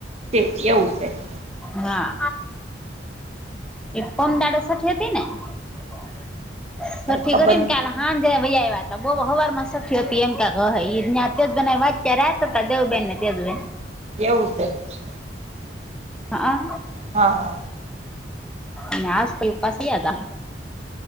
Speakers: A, on the right; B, in the centre.
A: તે એવું છે. <inaudible> <unintelligible>
B: હા એ પમદાડ સઠી હતી ને <inaudible> <unintelligible> <inaudible> <unintelligible> છઠ્ઠી
A: કઈ ખબર
B: કરી ને કાલ હાજે વય આવ્યા હતા બોલો હવાર માં છઠી હતી એમ કે એજ ના <inaudible> <unintelligible> તેજબન વાચ રહેતા હતા દેવબહેન ને તેજબહેન <inaudible> <unintelligible>
A: એવું છે. <inaudible> <unintelligible>
B: હા આ
A: હા હા
B: <inaudible> <unintelligible> <inaudible> નાશ તો પાસ વયા હતા.